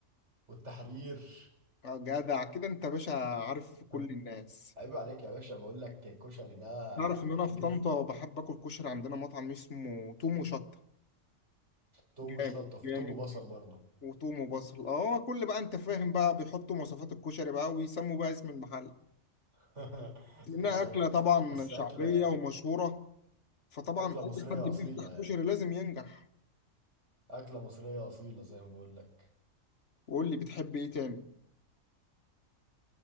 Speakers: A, on the right; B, on the left.
A: والتحرير
B: آه، جدع كده انت باشا عارف كل
A: <laughs>
B: الناس
A: عيب عليك يا باشا بقول لك الكشري ده
B: تعرف ان انا
A: أكلتي
B: في طنطا بحب اكل كشري عندنا مطعم اسمه توم وشطة
A: توم
B: جامد
A: وشطة في
B: جامد
A: توم وبصل برضه
B: وتوم وبصل اه كل بقى انت فاهم بقى بيحطوا مواصفات الكشري بقى ويسموا بقى اسم المحل
A: <laughs>
B: لانها
A: بالظبط
B: اكله طبعا
A: بس
B: شعبيه
A: أكلة
B: ومشهوره فطبعا
A: أكلة
B: اي
A: مصرية
B: حد
A: أصيلة
B: بيفتح كشري
A: يعني
B: لازم ينجح
A: أكلة مصرية أصيلة زي ما بقول لك
B: وقول لي بتحب ايه تاني